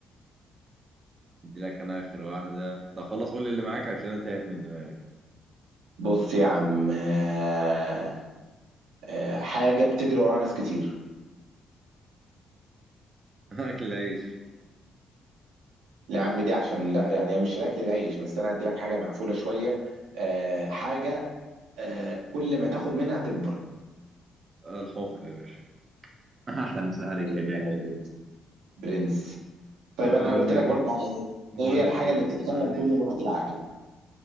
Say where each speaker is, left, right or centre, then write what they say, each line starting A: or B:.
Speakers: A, on the right; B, on the right.
A: ادي لك انا اخر واحدة طب خلاص قول لي اللي معاك عشان انا تاهت من دماغي
B: بص يا عم آه آه حاجه بتجري وراها ناس كتير
A: <laughs> اكل العيش
B: لا يا عم دي عشان لا يعني هي مش الاكل العيش بس انا هدي لك حاجه مقفوله شويه آه حاجه آه كل ما تاخد منها تكبر
A: الحفرة يا باشا <laughs> احلى مسا عليك
B: هي
A: يا غالي
B: من المجرمين. برنس طيب
A: طب
B: انا
A: بقول
B: قلت
A: لك
B: لك برضه
A: ايه
B: على-
A: بقول
B: ايه إيه هي الحاجه
A: لك ايه
B: اللي بتتكلم
A: معلش
B: كل لغات العالم